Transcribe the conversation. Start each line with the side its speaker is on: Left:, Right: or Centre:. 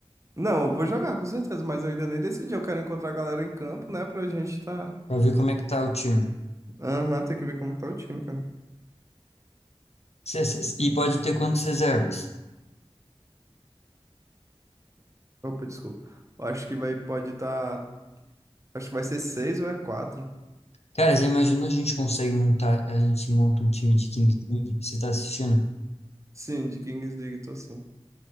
Right: Não, eu vou jogar, com certeza, mas eu ainda nem decidi. Eu quero encontrar a galera em campo, né? Pra gente tá.
Left: Pra ver como é que tá o time.
Right: Aham, tem que ver como que tá o time, cara.
Left: Cê- cê- E pode ter quantas reservas?
Right: Opa, desculpa. Eu acho que vai, pode tá. Acho que vai ser seis ou é quatro.
Left: Cara, você imagina a gente consegue montar, a gente monta um time de Kings League? Você tá assistindo?
Right: Sim, de Kings League, tô sim.